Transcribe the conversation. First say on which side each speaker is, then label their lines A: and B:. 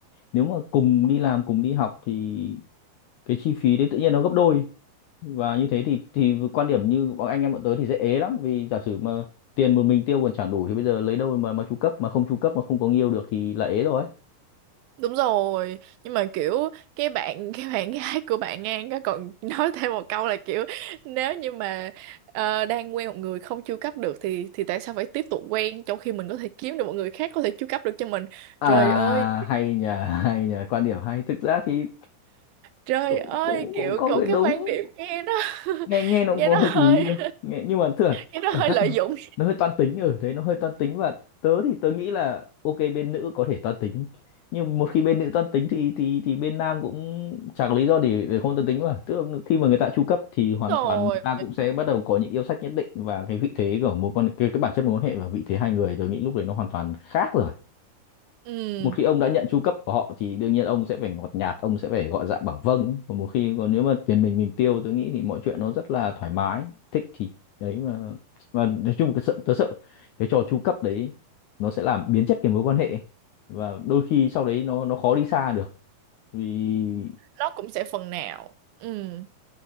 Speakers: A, on the left (about 80°); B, on the right (about 80°).
A: nếu mà cùng đi làm cùng đi học thì cái chi phí đấy tự nhiên nó gấp đôi và như thế thì thì quan điểm như bọn anh em bọn tớ thì dễ ế lắm vì giả sử mà tiền một mình tiêu còn chẳng đủ thì bây giờ lấy đâu mà mà chu cấp mà không chu cấp mà không có người yêu được thì là ế rồi
B: đúng rồi nhưng mà kiểu cái bạn <laughs> cái bạn gái của bạn An có còn nói thêm một câu là kiểu nếu như mà ờ, đang quen một người không chu cấp được thì thì tại sao phải tiếp tục quen trong khi mình có thể kiếm được một người khác có thể chu cấp được cho mình
A: À
B: trời ơi
A: hay nhờ <laughs> hay nhờ quan điểm hay thực ra thì
B: Trời
A: cũng
B: ơi,
A: cũng,
B: kiểu
A: cũng có
B: cậu
A: cái đúng
B: cái quan điểm nghe nó <laughs>
A: nghe nghe nó
B: nghe
A: cũng có
B: nó
A: hợp
B: hơi
A: lý đâu nghe nhưng mà thường
B: nghe nó
A: cảm
B: hơi
A: giác
B: lợi
A: nó
B: dụng
A: nó hơi toan tính ở đấy nó hơi toan tính và tớ thì tớ nghĩ là ok bên nữ có thể toan tính nhưng một khi bên nữ toan tính thì thì thì bên nam cũng chẳng có lý do để để không toan tính mà tức là khi mà người ta chu cấp thì hoàn
B: rồi.
A: toàn người ta cũng sẽ bắt đầu có những yêu sách nhất định và cái vị thế của mối quan cái cái bản chất mối quan hệ và vị thế hai người tớ nghĩ lúc đấy nó hoàn toàn khác rồi
B: Ừ,
A: một khi ông đã nhận tru cấp của họ thì đương nhiên ông sẽ phải ngọt nhạt ông sẽ phải gọi dạ bảo vâng và một khi còn nếu mà tiền mình mình tiêu tôi nghĩ thì mọi chuyện nó rất là thoải mái thích thì đấy mà mà nói chung cái sợ tớ sợ cái trò tru cấp đấy nó sẽ làm biến chất cái mối quan hệ và đôi khi sau đấy nó nó khó đi xa được vì
B: nó cũng sẽ phần nào. Ừ.